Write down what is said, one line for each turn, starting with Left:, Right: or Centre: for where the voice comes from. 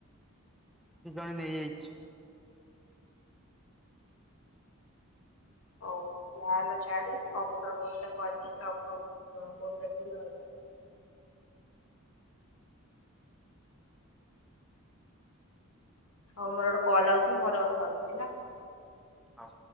Centre: ସେ ଜଣେ ନେଇଯାଇଛି।
Left: ହଉ ଯା ହେଲା ଛାଡେ ସେ କମ୍ପ୍ୟୁଟର କୋର୍ସ ଟା କରିକି ଜବ୍ ଫବ୍ କୋଉଠୁ ଦେଖିକି ରହିଜା। ହଉ ମୋର ଗୋଟେ କଲ୍ ଆଉଛି ମୁଁ ପରେ କଥା ହଉଛି ହେଲା।
Centre: ହଉ।